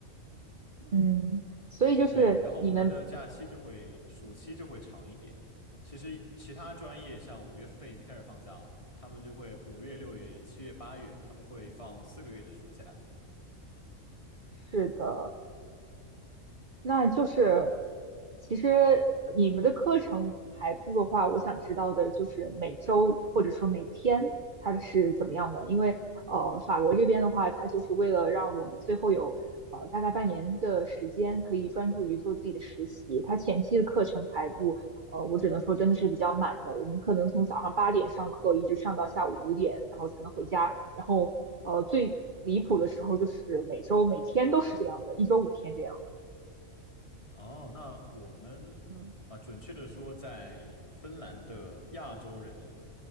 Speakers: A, on the right (about 45°); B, on the left (about 25°).
A: 嗯，所以就是你们
B: 对，然后我们的假期就会暑期就会长一点。其实其他专业像五月份已经开始放假了，他们就会五月、六月、七月、八月，他们会放四个月的暑假。
A: 是的。那就是，其实你们的课程排布的话，我想知道的就是每周或者说每天它是怎么样的，因为呃，法国这边的话，它就是为了让我们最后有呃大概半年的时间可以专注于做自己的实习，它前期的课程排布，呃，我只能说真的是比较满的，我们可能从早上八点上课一直上到下午五点，然后才能回家，然后呃最离谱的时候就是每周每天都是这样的，一周五天这样。
B: 哦，那我们啊，
A: 嗯。
B: 准确的说，在芬兰的亚洲人，